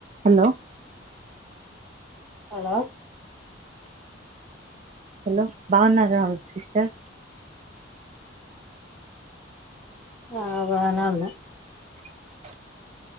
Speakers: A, on the right; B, in the centre.
A: Hello
B: hello
A: hello బాగున్నారా sister
B: ఆ బానేఉన్నాం